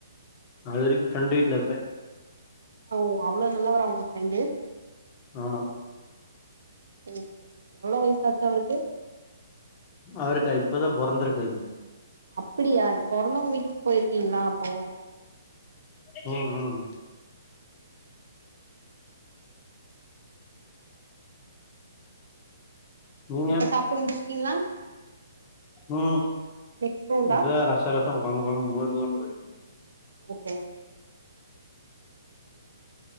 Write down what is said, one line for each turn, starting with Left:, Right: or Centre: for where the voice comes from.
Left: அது வரைக்கு பிரெண்ட் வீட்லருப்
Right: ஒ அவ்ளோ நல்லவரா உங்க ஃபிரெண்டு
Left: ஆமா
Right: ஓகே ஓகே எவ்ளோ வயசாச்சு அவருக்கு
Left: அவருக்கா இப்பதா பொறந்துகாரு
Right: அப்டியா இப் பொறந்தவங்க வீட்டுக்கு போயிருக்கீங்களா அப்போ
Left: ஹ ம் நீங்க
Right: இப்ப சாப்டு முடிச்ட்டீங்களா
Left: ம்
Right: நெக்ஸ்ட் ரவுண்டா
Left: இப்பதா ரசோ ரசோ குழம்பு குழம்பு மோரு மோரு
Right: ஓகே